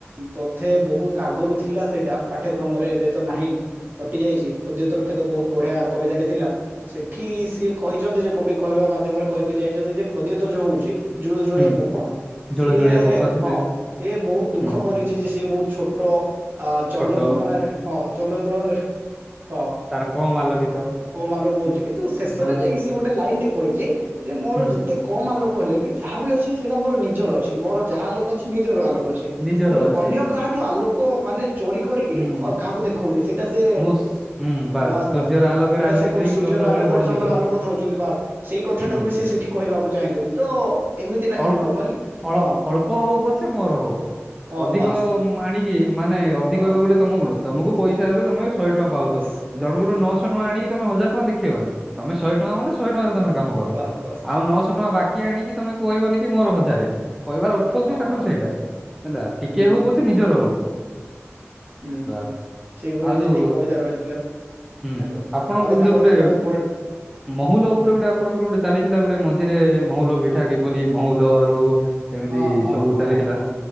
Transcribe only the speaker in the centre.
ହୁଁ
ଜୁଳୁଜୁଳିଆ
ପୋକ ସେ
ଯେ
ହୁଁ
ଛୋଟ
ତାର କମ ଆଲୋକିତ।
ହୁଁ,
ହଁ
ହୁଁ
ନିଜର
ଅଛି
ହୁଁ
ମୁଁ ସ୍ ହୁଁ
ସୂର୍ଯ୍ୟର
ଆଲୋକରେ
ଆଲୋକିତ
ହେଇକି
ଚନ୍ଦ୍ର
ବେଳେ
ବଡ ଦେଖ
ହୁଁ
ଅଳ୍ପ
ଅଳ୍ପ
ଅଳ୍ପ ହଉ ପଛେ ମୋର ହଉ
ଅଧିକ
ଆଣିକି ମାନେ ଅଧିକ
ହେବ ଗୋଟେ ତମ ଗୁଣ ତମକୁ ପଇସା ଏବେ ତମେ ଶହେ ଟଙ୍କା ପାଉଚ
ଜଣଙ୍କଠୁ ନସ ଛ ଟଙ୍କା ଆଣିକିତମେ ହଜାର ଟଙ୍କା ଦେଖେଇବ ନା। ତମେ ଶହେ ଟଙ୍କା ମାନେ ଶହେ ଟଙ୍କାରେ ତମେ କାମ କର
ଆଉ ନଅଶହ ଟଙ୍କା ବାକି କି ଆଣିକି ତମେ କହିବନି କି ମୋର ହଜାରେ। କହିବାର ଅର୍ଥ ହଉଛି
ତାଙ୍କର
ସେଇଟା ହେଲା ଟିକେ
ହଉ ପଛେ ନିଜର ହଉ।
ବାସ୍
ଆଉ ଯୋଉ
ହୁଁ
ହୁଁ ଆପଣଙ୍କର
ଯୋଉ ଗୋଟେ
ମହୁଲ ଉପରେ ଗୋଟେ ଆପଣଙ୍କର ଗୋଟେ ଚାଲିଥିଲା ଗୋଟେ ମଝିରେ ମହୁଲ ପିଠା କିପରି ମହୁଲରୁ ଏମିତି
ସବୁ
ଚାଲିଥିଲା